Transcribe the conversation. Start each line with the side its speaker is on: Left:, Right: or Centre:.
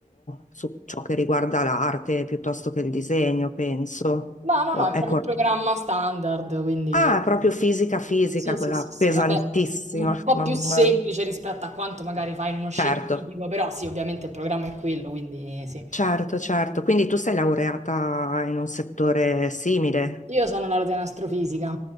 Left: su ciò che riguarda l'arte piuttosto che il disegno, penso.
Right: Ma no,
Left: O-
Right: no, è
Left: è
Right: proprio
Left: cor-
Right: il programma standard, quindi
Left: Ah, è proprio fisica, fisica,
Right: sì, sì,
Left: quella
Right: sì,
Left: pesantissima,
Right: sì, vabbè, un po'
Left: mamma.
Right: più semplice rispetto a quanto magari fai in uno scientifico,
Left: Certo,
Right: però sì, ovviamente il programma è quello, quindi sì.
Left: certo, certo. Quindi tu sei laureata in un settore simile?
Right: Io sono laureata in astrofisica.